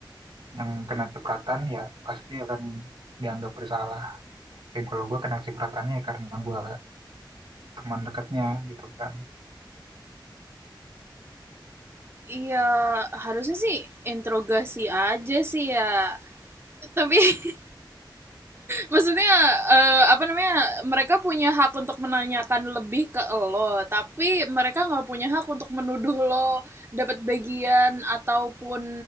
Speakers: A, on the right; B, on the right.
A: yang kena cipratan ya pasti akan dianggap bersalah. Ya kalau gue kena cipratannya ya karena gue teman dekatnya gitu kan.
B: Iya, harusnya sih interogasi aja sih ya. Tapi <laughs> maksudnya eh, apa namanya? Mereka punya hak untuk menanyakan lebih ke lo, tapi mereka nggak punya hak untuk menuduh lo dapat bagian ataupun